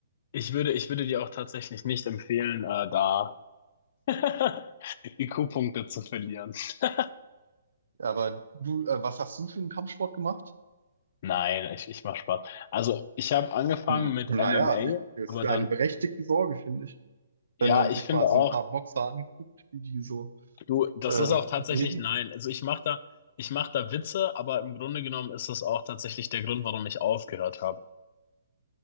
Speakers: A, on the left; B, on the right.
A: Ich würde, ich würde dir auch tatsächlich nicht empfehlen, äh, da <laughs> IQ-Punkte zu verlieren. <laughs>
B: Aber du, äh, was hast du für einen Kampfsport gemacht?
A: Nein, ich, ich mache Spaß. Also, ich habe angefangen
B: Hm,
A: mit
B: naja,
A: MMA,
B: also ich, das
A: aber
B: ist eine
A: dann,
B: berechtigte Sorge, finde ich.
A: ja,
B: wenn man
A: ich
B: sich
A: finde
B: mal so
A: auch,
B: ein paar Boxer anguckt, wie die so
A: du, das
B: äh,
A: ist auch tatsächlich
B: reden.
A: nein. Also, ich mache da, ich mache da Witze, aber im Grunde genommen ist das auch tatsächlich der Grund, warum ich aufgehört habe.